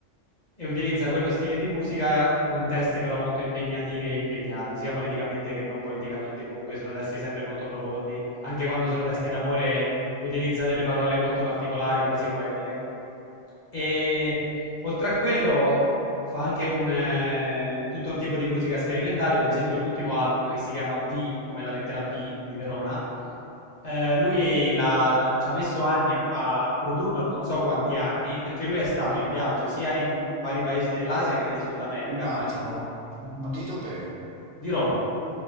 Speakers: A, on the left; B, on the right.
A: e utilizza quello stile di musica con testi però molto impegnativi e impegnati, sia politicamente che non politicamente. Comunque sono testi sempre molto profondi, anche quando sono testi d'amore utilizza delle parole molto particolari, quasi poetiche. E oltre a quello fa anche un, eh, tutto un tipo di musica sperimentale, per esempio l'ultimo album che si chiama V, come la lettera V di Verona. eh, lui l'ha- l'ha- ci ha messo anni a, a produrlo, non so quanti anni, perché lui è stato in viaggio sia in vari paesi dell'Asia che del Sud America,
B: un attimo,
A: ma anche
B: ma di dov'è?
A: di Roma.